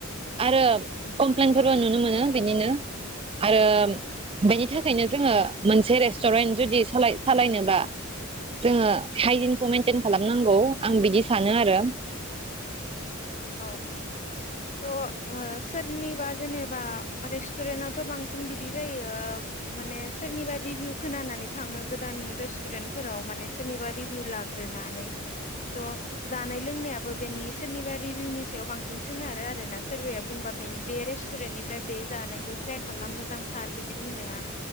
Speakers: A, on the right; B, on the left.
A: आरो कमप्लेनट
B: औ
A: फोरबो नुनो मोनो बिनिनो आरो
B: औ
A: बेनि बेनि थाखायनो जोङो मोनसे रेस्टुरेन्ट जुदि सालाय सालायनोबा जोङो हाइजिनखौ मइेनटेन खालामनांगौ आं बिदि सानो आरो
B: औ थ ओ सोरनिबा जेनेबा रेस्टुरेन्टआथ बांसिन बिदि जायो माने सोरनिबा रिभिउ खोनानानै थाङो गोदान रेस्टुरेन्टफोराव माने सोरनिबा रिभिउ लाग्रोनानै थ जानाय लोंनायाबो बेनि सोरनिबा रिभिउनि सायाव बांसिन सोनारो आरोना सोरबाया बुंबा बेनि बे रेस्टुरेन्टनिफ्राय बे जानायखौ ट्राइ खालाम मोजांथार बिदि बुंनाया